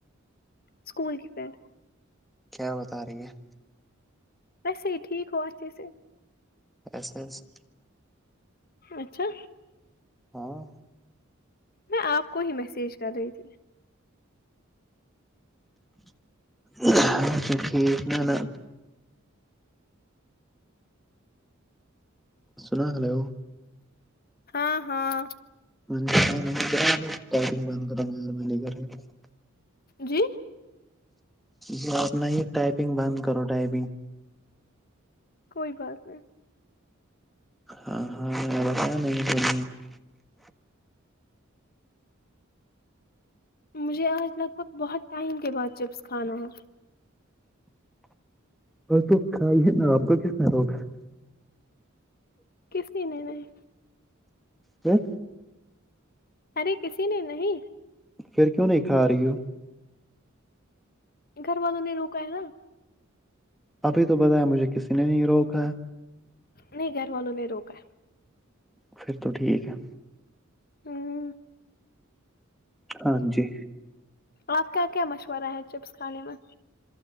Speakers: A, on the left; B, in the centre.
A: اسکول کے فرینڈ
B: کیا بتا رہی ہے
A: وسے ہی ٹھیک ہو اچھے سے
B: اس
A: اچھا
B: ہاں
A: میں آپ کو ہی میسیج کر رہی تھی
B: اچا ٹھیک ن نا سنا ہلو
A: ہاں ہاں
B: م ب کر میں م
A: جی
B: یہ اپنا ہی ٹائپنگ بند کرو ٹائپنگ
A: کوئی بات نہیں
B: ہاں ہاں میں نے بتایا نہیں بول
A: مجھے آج لگ بھگ بہت ٹائم کے بعد چپس کھانا ہو
B: اور تو کھائی ہے نا آپ کا کتنا ہوگا
A: کسی نے نہیں
B: جی
A: ارے کسی نے نہیں
B: پھر کیوں نہیں کھا رہی ہو
A: گھر والوں نے روکا ہے نا
B: ابھی تو بتایا مجھے کسی نے نہیں روکا ہے
A: نہیں گھر والوں نے روکا
B: پھر تو ٹھیک ہے
A: ہوں
B: ہاں جی
A: آپ کیا کیا مشورہ ہے چپس کھانے میں